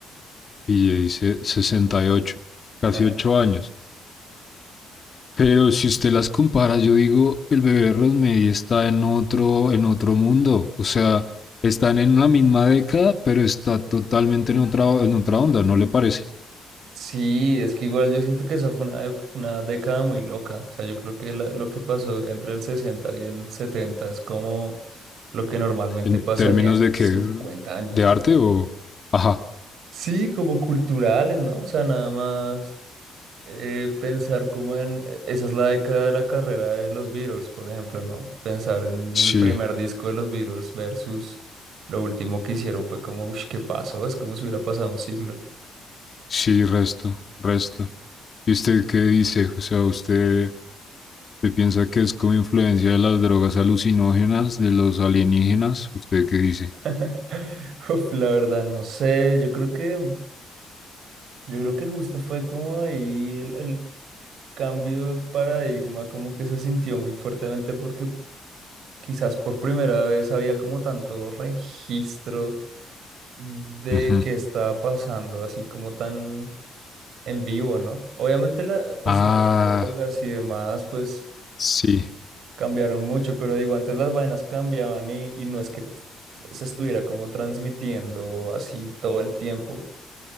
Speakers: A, on the left; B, on the right.
A: y le dice 68 casi
B: Ah,
A: 8 años. Pero si usted las compara, yo digo, el bebé Rosemary está en otro, en otro mundo. O sea, están en la misma década, pero está totalmente en otra, en otra onda, ¿no le parece?
B: Sí, es que igual yo siento que esa fue una, una década muy loca. O sea, yo creo que la- lo que pasó entre el 60 y el 70 es como lo que normalmente
A: En
B: pasaría
A: términos
B: en
A: de
B: 50
A: que,
B: años,
A: de
B: ¿no?
A: arte o... Ajá,
B: Sí, como culturales, ¿no? O sea, nada más eh, pensar como en... eh, Esa es la década de la carrera de los Beatles, por ejemplo, ¿no? Pensar en
A: sí,
B: el primer disco de los Beatles versus lo último que hicieron fue como, uff, ¿qué pasó? Es como si hubiera pasado un siglo.
A: sí, resto, resto. ¿Y usted qué dice? O sea, usted ¿Usted piensa que es como influencia de las drogas alucinógenas, de los alienígenas? ¿Usted qué dice?
B: <laughs> Uf, la verdad, no sé. Yo creo que, yo creo que justo fue como ahí el, el cambio de paradigma, como que se sintió muy fuertemente porque quizás por primera vez había como tanto registro de
A: Ujú.
B: qué estaba pasando, así como tan en vivo, ¿no? Obviamente la, pues
A: Ah,
B: las drogas y demás, pues
A: sí.
B: cambiaron mucho, pero digo, antes las vainas cambiaban y, y no es que se se estuviera como transmitiendo así todo el tiempo.